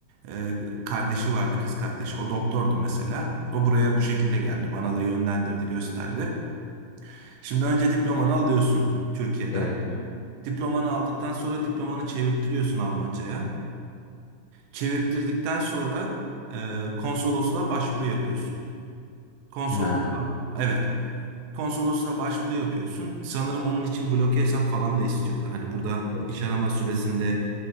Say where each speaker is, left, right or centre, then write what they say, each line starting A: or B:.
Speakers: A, on the right; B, on the left.
A: e, kardeşi vardı, kız kardeşi. O doktordu mesela. O buraya bu şekilde geldi. Bana da yönlendirdi, gösterdi. Şimdi önce diplomanı alıyorsun Türkiye'den.
B: Evet. Mehmet.
A: Diplomanı aldıktan sonra diplomanı çevirttiriyorsun Almanca'ya. Çevirttirdikten sonra e, konsolosluğa başvuru yapıyorsun. Konsolosluğa
B: Ha,
A: evet. Konsolosluğa başvuru yapıyorsun. Sanırım onun için bloke hesap falan da istiyorlar. Hani burada
B: evet,
A: iş arama süresinde